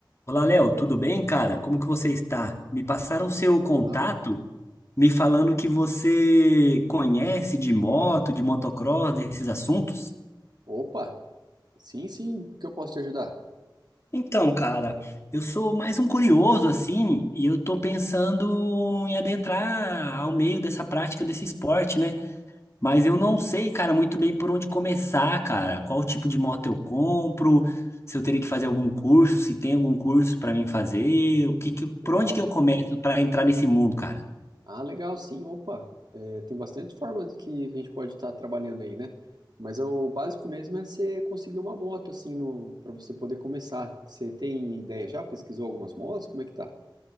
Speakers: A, on the left; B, on the right.
A: Olá, Léo, tudo bem, cara? Como que você está? Me passaram seu contato,
B: Olá.
A: me falando que você conhece de moto, de motocross, desses assuntos.
B: Opa, sim, sim, porque eu posso te ajudar?
A: Então, cara, eu sou mais um curioso assim, e eu tô pensando em adentrar ao meio dessa prática desse esporte, né? Mas eu não sei, cara, muito bem por onde começar, cara. Qual tipo de moto eu compro? Se eu teria que fazer algum curso, se tem algum curso para mim fazer, o que que, por
B: Legal.
A: onde que eu começo para entrar nesse mundo, cara?
B: Ah, legal, sim, opa. É, tem bastante formas que a gente pode estar trabalhando aí, né? Mas o básico mesmo é você conseguir uma moto, assim, no, para você poder começar. Você tem ideia já? Pesquisou algumas motos? Como é que tá?